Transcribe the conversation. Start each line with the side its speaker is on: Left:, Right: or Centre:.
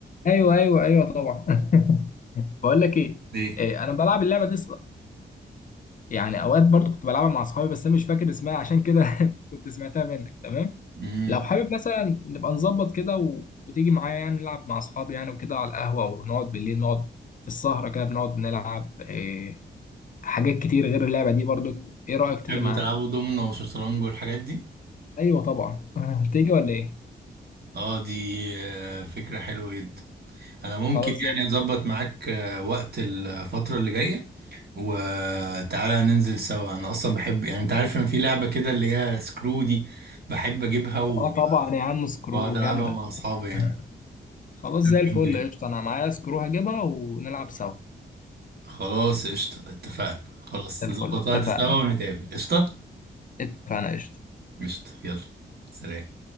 Left: ايوه ايوه ايوه طبعا <laughs> بقول لك ايه
Right: ليه
Left: إيه، انا بلعب اللعبه دي يعني اوقات برضو كنت بلعبها مع اصحابي بس انا مش فاكر اسمها عشان كده <laughs> كنت سمعتها منك تمام
Right: امم
Left: لو حابب مثلا نبقى نظبط كده و... وتيجي معايا يعني نلعب مع اصحابي يعني وكده على القهوة ونقعد بالليل نقعد في السهرة كده بنقعد نلعب إيه... حاجات كتير غير اللعبة دي برضو ايه رأيك تيجي
Right: تحبوا
Left: معانا
Right: تلعبوا دومينو وشطرنج والحاجات دي
Left: ايوه طبعا <laughs> تيجي ولا ايه
Right: اه دي آه، فكره حلوه جدا انا ممكن
Left: خلاص زي
Right: يعني
Left: الفل
Right: اظبط معاك آه، وقت الفتره اللي جايه وتعالى ننزل سوا انا اصلا بحب يعني انت عارف ان في لعبه كده اللي هي سكرو دي بحب اجيبها و-
Left: اه طبعا يا عم سكرو
Right: واقعد العبها
Left: جامدة
Right: مع اصحابي يعني
Left: <laughs> خلاص
Right: لعبه
Left: زي الفل
Right: جامده جدا
Left: قشطة انا معايا سكرو هجيبها ونلعب سوا
Right: خلاص قشطة اتفقنا خلاص
Left: زي الفل
Right: نظبط وقت خلاص
Left: اتفقنا
Right: سوا ونتقابل قشطة
Left: اتفقنا قشطة
Right: قشطة يلا سلام